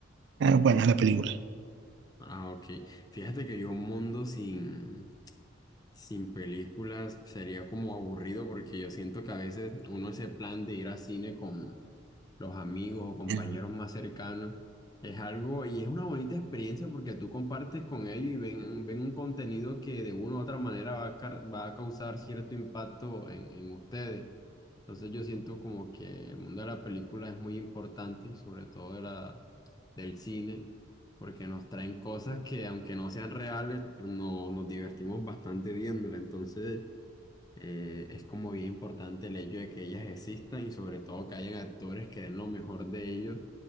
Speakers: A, on the right; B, on the left.
A: Ah, buena la película.
B: Ah, ok. Fíjate que yo un mundo sin, sin películas sería como aburrido porque yo siento que a veces uno ese plan de ir al cine con los amigos o compañeros
A: Ya,
B: más cercanos es algo y es una bonita experiencia porque tú compartes con ellos y ven, ven un contenido que de una u otra manera va a, car- va a causar cierto impacto en, en ustedes. Entonces yo siento como que el mundo de la película es muy importante y sobre todo de la, del cine, porque nos traen cosas que aunque no sean reales, no, nos divertimos bastante viéndola. Entonces eh, es como bien importante el hecho de que ellas existan y sobre todo que hayan actores que den lo mejor de ellos